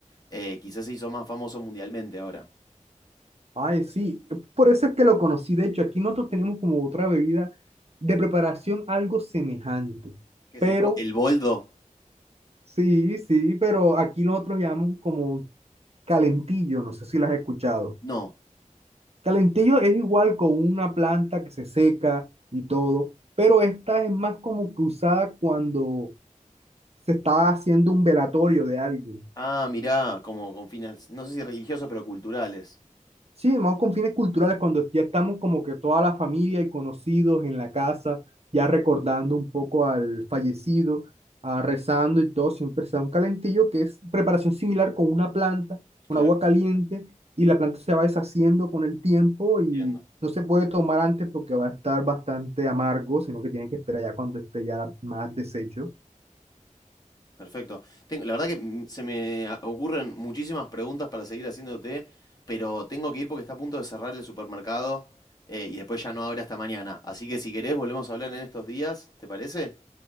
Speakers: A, on the left; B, on the right.
A: eh, quizás se hizo más famoso mundialmente ahora.
B: Ay, sí, por eso es que lo conocí. De hecho, aquí nosotros tenemos como otra bebida de preparación algo semejante.
A: ¿Qué es
B: Pero,
A: el, bo- el boldo?
B: sí, sí, pero aquí nosotros llamamos como calentillo, no sé si las has escuchado.
A: No.
B: Calentillo es igual con una planta que se seca y todo, pero esta es más como que usada cuando se está haciendo un velatorio de algo.
A: Ah, mirá, como con fines, no sé si religiosos, pero culturales.
B: Sí, más con fines culturales, cuando ya estamos como que toda la familia y conocidos en la casa, ya recordando un poco al fallecido, ah, rezando y todo, siempre se da un calentillo que es preparación similar con una planta, con
A: Claro,
B: agua caliente, y la planta se va deshaciendo con el tiempo y
A: entiendo.
B: no se puede tomar antes porque va a estar bastante amargo, sino que tienen que esperar ya cuando esté ya más deshecho.
A: Perfecto. Tengo- la verdad que mm, se me a- ocurren muchísimas preguntas para seguir haciéndote, pero tengo que ir porque está a punto de cerrar el supermercado eh, y después ya no abre hasta mañana. Así que si querés, volvemos a hablar en estos días, ¿te parece?